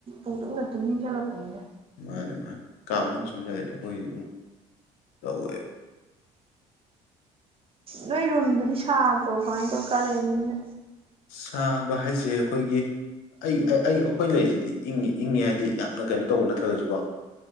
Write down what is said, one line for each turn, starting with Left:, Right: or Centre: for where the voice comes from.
Right: ꯑꯗꯨꯝ ꯠꯇꯝꯃꯤ ꯆꯂꯄꯅꯤꯗ
Left: ꯃꯥꯅꯤ ꯃꯥꯅꯤ ꯀꯥ ꯃꯅꯨꯡꯗ ꯁꯨꯝ ꯂꯩꯒꯗꯤ ꯑꯩꯈꯣꯏ ꯑꯗꯨꯝ ꯇꯧꯦ
Right: ꯅꯣꯏ ꯔꯨꯝꯗꯨꯗꯤ ꯁꯥꯗ꯭ꯔꯣ ꯀꯃꯥꯏꯅ ꯇꯧ ꯀꯔꯦꯟꯅꯤꯅ
Left: ꯁꯥꯕ ꯍꯥꯏꯁꯦ ꯑꯩꯈꯣꯏꯒꯤ ꯑꯩ ꯑꯦ ꯑꯩ ꯑꯩꯈꯣꯏ ꯂꯩꯁꯤꯗꯤ ꯏꯪꯉꯤ ꯏꯪꯉꯤ ꯍꯥꯏꯗꯤ ꯌꯥꯝꯅ ꯀꯩꯅꯣ ꯇꯧꯕ ꯅꯠꯇ꯭ꯔꯒꯁꯨꯀꯣ